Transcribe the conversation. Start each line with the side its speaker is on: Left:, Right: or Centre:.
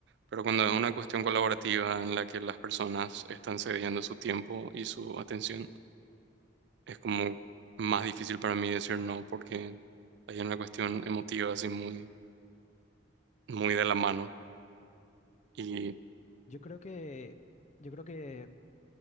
Right: Pero cuando es una cuestión colaborativa en la que las personas están cediendo su tiempo y su atención, es como más difícil para mí decir no porque hay una cuestión emotiva así muy, muy de la mano. Y
Left: Yo creo que, yo creo que